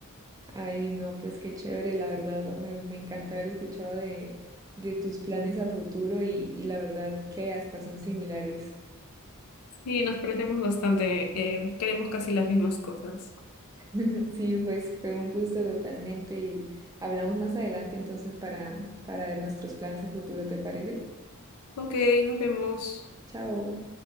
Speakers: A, on the right; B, on the left.
A: Ay, no, pues qué chévere, la verdad, me, me encanta haber escuchado de, de tus planes a futuro y, y la verdad que hasta son similares.
B: Sí, nos parecemos bastante, eh, queremos casi las mismas cosas.
A: <laughs> Sí, pues fue un gusto totalmente y hablamos más adelante entonces para, para nuestros planes a futuro, ¿te parece?
B: Ok, nos vemos.
A: Chao.